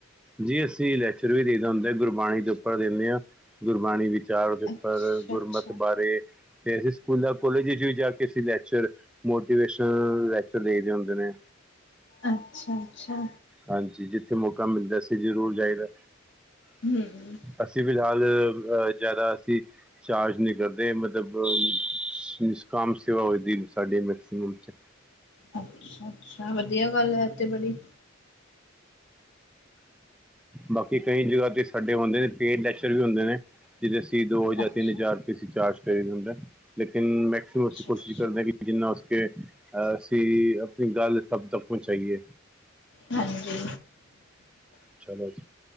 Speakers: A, in the centre; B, on the left (about 60°).
A: ਜੀ ਅਸੀਂ ਲੈਕਚਰ ਵੀ ਦੇਇ ਦਾ ਹੁੰਦਾ ਗੁਰਬਾਣੀ ਦੇ ਉੱਪਰ ਦੇਣੇ ਆਂ ਗੁਰਬਾਣੀ ਵਿੱਚ ਚਾਰਜ ਉਪਰ
B: ਅੱਛਾ
A: ਗੁਰਮਤ
B: ਅੱਛਾ
A: ਬਾਰੇ, ਤੇ ਅਸੀਂ ਸਕੂਲਾਂ ਕੋਲਜਾ ਚ ਵਿਚ ਜਾ ਕੇ ਅਸੀਂ ਲੈਕਚਰ ਮੋਟੀਵੇਸ਼ਨਲ ਲੈਕਚਰ ਦੇਈ ਜਾਂਦੇ ਨੇ।
B: ਅੱਛਾ-ਅੱਛਾ।
A: ਹਾਂਜੀ ਜਿੱਥੇ ਮੌਕਾ ਮਿਲਦੈ ਅਸੀ ਜ਼ਰੂਰ ਜਾਈਦਾ।
B: ਹੂੰ
A: ਅਸੀਂ ਫਿਲਹਾਲ ਅ ਜਆਦਾ ਅਸੀਂ ਚਾਰਜ ਨੀ ਕਰਦੇ ਮਤਲਬ ਨਿਸ਼ਕਾਮ ਸੇਵਾ ਹੋ ਜਂਦੀ ਸਾਡੇ ਮੈਕਸੀਮਮ ਚ।
B: ਅੱਛਾ-ਅੱਛਾ
A: ਹਾਂਜੀ
B: ਵਧੀਆ ਗੱਲੈ ਐ ਤੇ ਬੜੀ।
A: ਬਾਕੀ ਕਈ ਜਗਾ ਤੇ ਸਾਡੇ ਹੁੰਦੇ ਨੇ, ਪੇਡ ਲੈਚਰ ਵੀ ਹੁੰਦੇ ਨੇ। ਜਿਦੇ ਅਸੀ ਦੋ ਜਾਂ
B: ਅੱਛਾ
A: ਤਿੰਨ ਹਜ਼ਾਰ ਰੁਪੇ ਅਸੀ ਚਾਰਜ ਕਰੀ ਦਾ ਹੁੰਦਾ। ਲੇਕਿਨ ਮੈਕਸੀਮਮ
B: ਅੱਛਾ
A: ਅਸੀਂ ਕੋਸ਼ਿਸ਼
B: ਅੱਛਾ
A: ਕਰਦੇ ਆਂ ਕਿ ਜਿੰਨਾ ਹੋਸਕੇ ਅਸੀਂ ਆਪਣੀ ਗਾਲ ਸਬ ਤੱਕ ਪਹੁਚਾਇਐ।
B: ਹਾਂਜੀ।
A: ਚਲੋ ਜੀ।